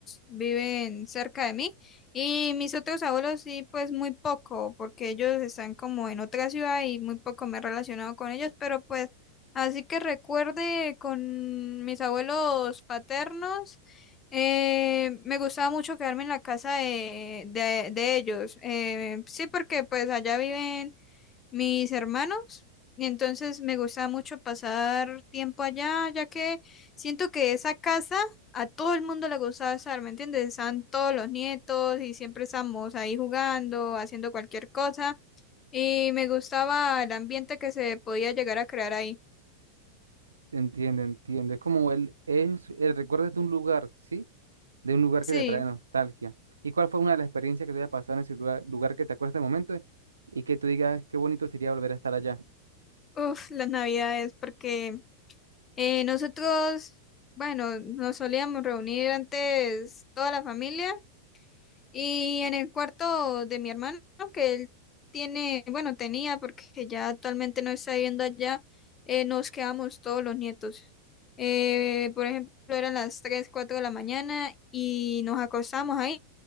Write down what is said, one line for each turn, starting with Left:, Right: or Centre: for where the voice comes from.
Left: viven cerca de mí y mis otros abuelos sí, pues muy poco, porque ellos están como en otra ciudad y muy poco me he relacionado con ellos, pero pues así que recuerde con mis abuelos paternos. Eh, me gustaba mucho quedarme en la casa de, de- de ellos. Eh, sí, porque pues allá viven mis hermanos y entonces me gustaba mucho pasar tiempo allá, ya que siento que esa casa a todo el mundo le gustaba estar, ¿me entiendes? Estaban todos los nietos y siempre estábamos ahí jugando, haciendo cualquier cosa y me gustaba el ambiente que se podía llegar a crear ahí.
Right: Entiende, entiende. Es como el, es el recuerdo de un lugar, ¿sí? De un lugar
Left: Sí,
Right: que te trae nostalgia. ¿Y cuál fue una de las experiencias que te haya pasado en ese lugar, lugar que te acuerdas de momento y que tú digas qué bonito sería volver a estar allá?
Left: uff, las navidades, porque... Eh, nosotros, bueno, nos solíamos reunir antes toda la familia y en el cuarto de mi hermano, que él tiene, bueno, tenía, porque ya actualmente no está viviendo allá, eh, nos quedamos todos los nietos. Eh, por ejemplo, eran las 3 4 de la mañana y nos acostamos ahí